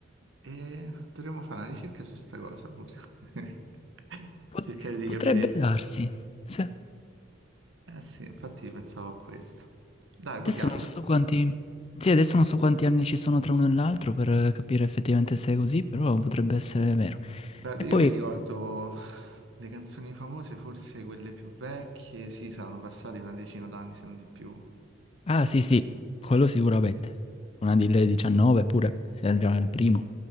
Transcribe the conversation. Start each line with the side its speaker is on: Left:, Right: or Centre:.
Right: E dovremmo fare una ricerca su sta cosa pure. <laughs>
Left: Pot-
Right: Cercare di
Left: potrebbe
Right: capire.
Left: darsi. Se-
Right: Eh sì, infatti pensavo a questo. Dai,
Left: Adesso
Right: poi che altro...
Left: non so quanti... Sì, adesso non so quanti anni ci sono tra uno e l'altro per capire effettivamente se è così, però potrebbe essere vero.
Right: Beh,
Left: E
Right: io
Left: poi...
Right: mi ricordo le canzoni famose, forse quelle più vecchie, sì, saranno passate una decina d'anni, se non di più.
Left: Ah, sì, sì, quello sicuramente. Una di lei 19 pure, era già il primo.